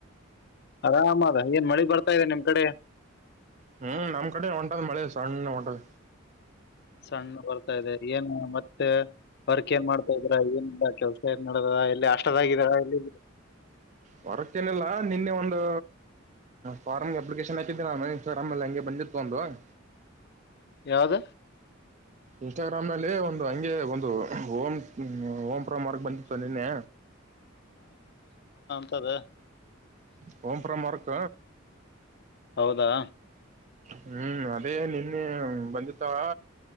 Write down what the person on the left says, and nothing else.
ಆರಾಮ ಅದ ಏನ್ ಮಳೆ ಬರ್ತಾ ಇದೆ ನಿಮ್ ಕಡೆ
ಸಣ್ಣ ಬರ್ತಾ ಇದೆ ಏನು ಮತ್ತೆ ವರ್ಕ್ ಏನ್ ಮಾಡ್ತಾ ಇದ್ರ ಏನ ಕೆಲ್ಸ ಏನ್ ನಡದ ಎಲ್ಲ ಕಷ್ಟದಾಗಳ ಎಲ್ಲಿ
ಯಾವ್ದ
ತದ
ಹೌದಾ